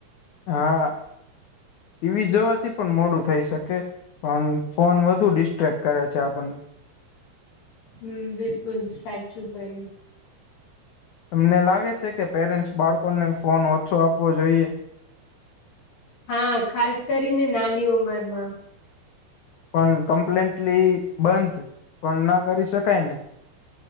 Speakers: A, on the left; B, on the left.
A: હા ટીવી જોવાથી પણ મોડું થઈ શકે પણ ફોન વધુ ડિસ્ટ્રેક્ટ કરે છે આપણને
B: હમ બિલકુલ સાચું કય
A: તમને લાગે છે કે પેરેન્ટ્સ બાળકોને ફોન ઓછો આપવો જોઈએ
B: હા ખાસ કરીને નાની ઉંમર માં.
A: પણ કમ્પ્લેટલી બંધ પણ ના કરી શકાય ને.